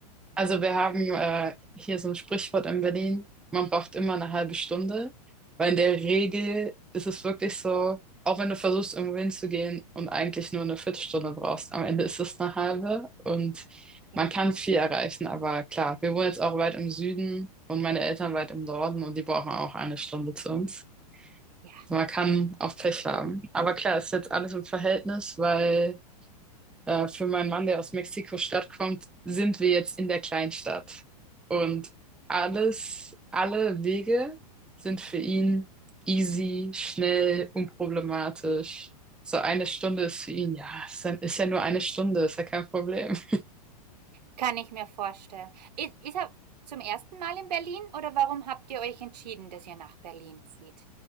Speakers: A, in the centre; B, on the right (about 85°).
A: Also wir haben äh, hier so ein Sprichwort in Berlin, man braucht immer eine halbe Stunde, weil in der Regel ist es wirklich so, auch wenn du versuchst, irgendwo hinzugehen und eigentlich nur eine Viertelstunde brauchst, am Ende ist es eine halbe und
B: <laughs> ja,
A: man kann viel erreichen, aber klar, wir wohnen jetzt auch weit im Süden und meine Eltern weit im Norden und die brauchen auch eine Stunde zu uns.
B: ja.
A: Also man kann auch Pech haben. Aber klar, ist jetzt alles im Verhältnis, weil äh, für meinen Mann, der aus Mexiko-Stadt kommt, sind wir jetzt in der Kleinstadt. Und alles, alle Wege sind für ihn easy, schnell, unproblematisch. So eine Stunde ist für ihn, ja, ist ja, ist ja nur eine Stunde, ist ja kein Problem. <laughs>
B: Kann ich mir vorstellen. Ist ist er zum ersten Mal in Berlin oder warum habt ihr euch entschieden, dass ihr nach Berlin zieht?